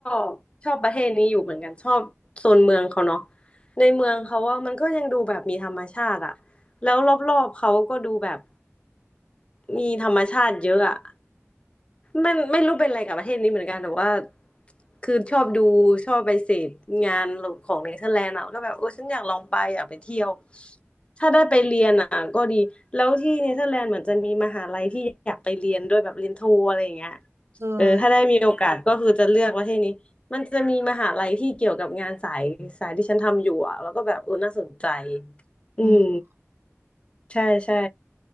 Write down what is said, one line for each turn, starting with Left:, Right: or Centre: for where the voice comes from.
Left: บชอบประเทศนี้อยู่เหมือนกันชอบโซนเมืองเขาเนาะในเมืองเขาว่ามันก็ยังดูแบบมีธรรมชาติอะแล้วรอบๆเขาก็ดูแบบมีธรรมชาติเยอะอะมันไม่รู้เป็นอะไรกับประเทศนี้เหมือนกันแต่ว่าคือชอบดูชอบไปเสพงานของเนเธอร์แลนด์อะก็แบบโอ้ฉันอยากลองไปอยากไปเที่ยวถ้าได้ไปเรียนอ่ะก็ดีแล้วที่เนเธอร์แลนด์เหมือนจะมีมหาลัยที่อยากไปเรียนด้วยแบบเรียนโทอะไรอย่างเงี้ย
Right: เออ
Left: เออถ้าได้มีโอกาสก็คือจะเลือกประเทศนี้มันจะมีมหาลัยที่เกี่ยวกับงานสายสายที่ฉันทำอยู่อ่ะแล้วก็แบบเออน่าสนใจอืม
Right: อืม
Left: ใช่ใช่